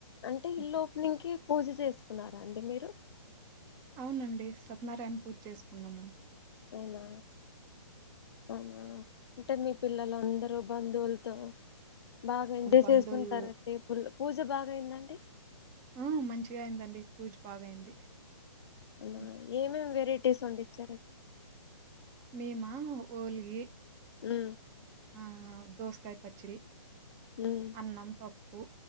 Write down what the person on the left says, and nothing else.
అంటే
ఇల్లు ఇంక పూజ చేసుకున్నారా అండి మీరు
అవునా అవునా అంటే మీ పిల్లలు అందరుూ బందవులుతో బాగా ఎంజాయ్
చేసుకుంటార అయితే పుల్ పూజ బాగాయందండి
అ ఏమేమి వెరైటీస్ వందిచ్చ
అ
మ్మ్